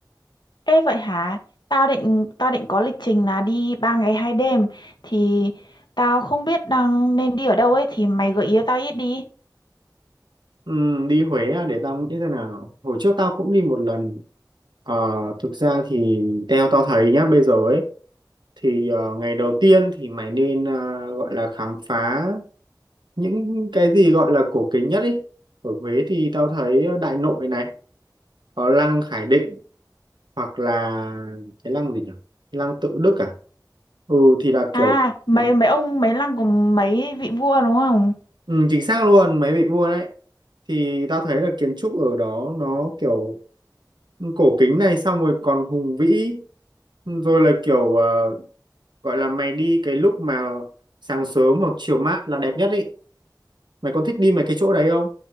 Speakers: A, on the left; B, on the right.
A: Ê vậy hả? Tao định tao định có lịch trình là đi 3 ngày 2 đêm thì tao không biết đang nên đi ở đâu ấy thì mày gợi ý cho tao ít đi.
B: Ừm, đi Huế à, để tao nghĩ xem nào. Hồi trước tao cũng đi một lần Ờ, thực ra thì theo tao thấy nhá bây giờ ấy thì ờ, ngày đầu tiên thì mày nên ờ, gọi là khám phá những cái gì gọi là cổ kính nhất ý. Ở Huế thì tao thấy ờ, Đại Nội này, có lăng Khải Định hoặc là cái lăng gì nhỉ? Cái lăng Tự Đức à? Ừ thì là
A: À,
B: kiểu
A: mấy
B: ừ,
A: mấy ông mấy lăng của mấy vị vua đúng không?
B: ừ, chính xác luôn, mày bị mua đấy. Thì tao thấy là kiến trúc ở đó nó kiểu cổ kính này xong rồi còn hùng vĩ ừ, rồi là kiểu ờ, gọi là mày đi cái lúc mà sáng sớm hoặc chiều mát là đẹp nhất ý mày có thích đi mấy cái chỗ đấy không